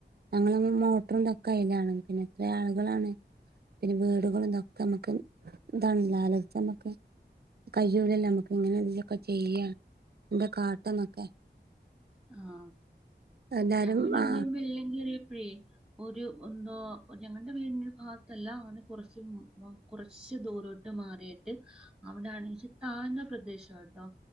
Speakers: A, on the right; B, in the centre.
A: ഞങ്ങൾമ്മ മോട്ടറും തൊക്കെ അയിൽ ആണ് പിന്നെ എത്ര ആളുകളാണ് പിന്നെ വീടുകളുംന്തൊക്കെ നമ്മുക്ക് ഇതാണല്ല ആലോചിച്ച നമ്മുക്ക് കയൂലല്ലേ നമുക്ക് ഇങ്ങനെ ഇതിനൊക്കെ ചെയ്യ എന്താ കാട്ടന്നൊക്കെ
B: ആഹ
A: എല്ലാരും
B: ഞങ്ങളുടെ
A: ആ
B: ഇവിടെ വെള്ളം കറിയപ്പഴേ ഒരു ഒ എന്തോ ഞങ്ങളുടെ വീടിന്റെ ഭാഗത്തല്ല അങ്ങനെ കുറച്ച് കുറച്ച് ദൂരോട്ട് മാറിട്ട് അവിടെണച്ചി താഴ്ന്ന പ്രദേശാ കേട്ടോ